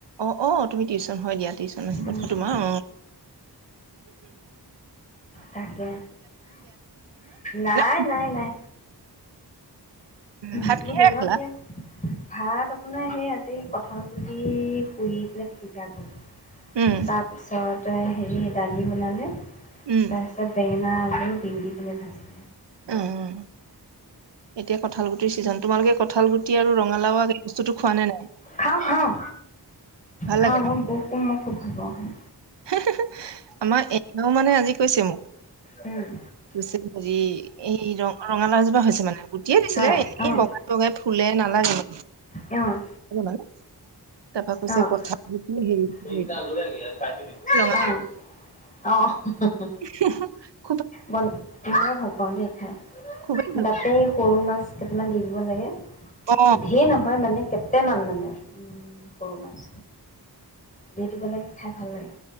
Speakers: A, on the right; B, on the left.
A: অ অ তুমি টিউশচন হয় দিয়া টিউশচন আহিব
B: উম,
A: নহয় তোমাৰ অঁ।
B: তাকে নাই
A: <unintelligible>
B: নাই নাই উম
A: ভাত
B: মোৰ
A: কিহেৰে
B: দিনত
A: খালা
B: হে ভাত আপোনাৰ সেই আজি কঁঠাল গুটি পুৰি পেলাই পিটিক কা কৰিলোঁ,
A: উম
B: তাৰপিছতে হেৰি দালি বনালে
A: উম
B: ছত বেঙনা আলু ভিন দি পেলাই ভাজি
A: উম, এতিয়া কঠাল গুটিৰ ছিজন। তোমালোকে কঁঠাল গুটি আৰু ৰঙালাওঁ, এই বস্তুটো খোৱা নে নাই?
B: খাওঁ খাওঁ,
A: ভাল
B: খাওঁ,
A: লাগে
B: মই
A: ন
B: ব মই খুব ভাল পাওঁ, হ'য়।
A: <unintelligible> আমাৰ এওঁ মানে আজি কৈছে মোক।
B: উম।
A: <unintelligible> হেৰি এই ৰা ৰঙালাওঁ, এজোপা হৈছে মানে গুটিয়ে দিছিলে
B: হয়
A: এনে
B: অ'।
A: ব বগাই ফুলে নালাগে।
B: অ'।
A: জানা, তাৰপা কৈছে
B: অ',
A: কথা কি হেৰি কৰি
B: <unintelligible>
A: দিম। ৰঙালাও
B: অ'।
A: <unintelligible>
B: বন, <unintelligible> ভাল পাওঁ দে খাই,
A: খুবেই ভাল
B: তাতে
A: পায়।
B: সৰু মাছ কেইটামান দি দিব লাগে,
A: অ
B: ধেৰ নহয় মানে কেইটামান মানে। সৰু মাছ, দি দিব লাগে, খাই ভাল লাগে।